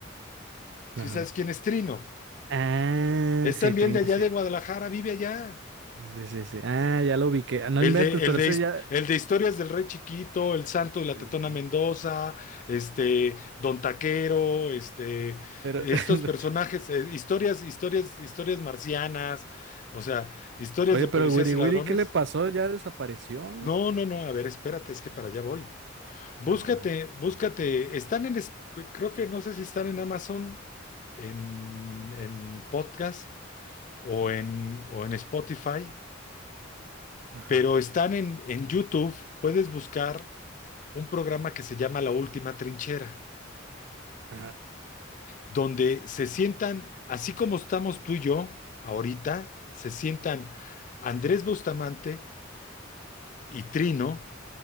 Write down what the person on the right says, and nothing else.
Ajá.
Ah,
sí,
Trino,
sí.
Sí, sí, sí. Ah, ya lo vi que. No
inventes,
pero
ese
ya.
Sí,
sí.
Pero,
<laughs>
oye,
pero el wiri
wiri, ¿qué le pasó? Ya desapareció, ¿no?
Ah,
ajá,
ajá.